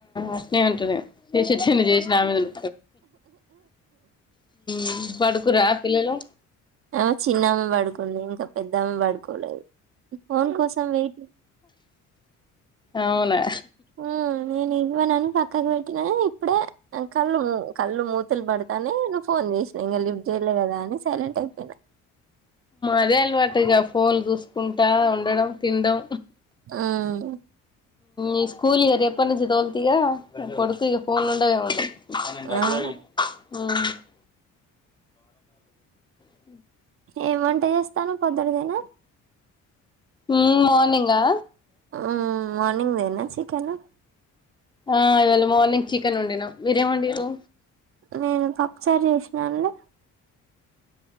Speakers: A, on the left; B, on the right.
A: అట్నే ఉంటుంది. చేస <unintelligible> చిన్న <unintelligible> చేసిన ఆ <unintelligible> మీదలు <unintelligible> పడుకురా పిల్లలు.
B: ఆమె చిన్నామె ఇంకా పెద్దమ్మ పడుకోలేదు. ఫోన్ కోసం వెయిట్.
A: అవునా.
B: ఉ నేను ఇవ్వనని పక్క. కనిపెట్టిననే <inaudible> ఇప్పుడే కళ్ళు మూ కళ్ళు మూతలు పడుతున్నాయ్ నువ్ ఫోన్ చేసినా ఇంక లిఫ్ట్ చేయలే కదా అని సైలెంట్ అయిపోయినా.
A: అదే అలవాటు ఇక ఫోన్ చూసుకుంటా ఉండడం. తిండం.
B: ఉమ్
A: ఈ స్కూల్ ఇక రేపటి నుంచి తోల్తగా కొడుకిగా ఫోన్ ఉండవు అనంట
B: ఆ
A: <unintelligible> హమ్ <unintelligible>
B: ఏమంట. ట్ట చేస్తాను పొద్దురిదేనా.
A: హమ్ మార్నింగా.
B: హమ్ మార్నింగ్ దేనే. చికెనా
A: ఆ ఇవాళ మార్నింగ్ చికెన్ వండినా మీరేం వండిరు.
B: నేను పప్పుచారు చేసినానలే.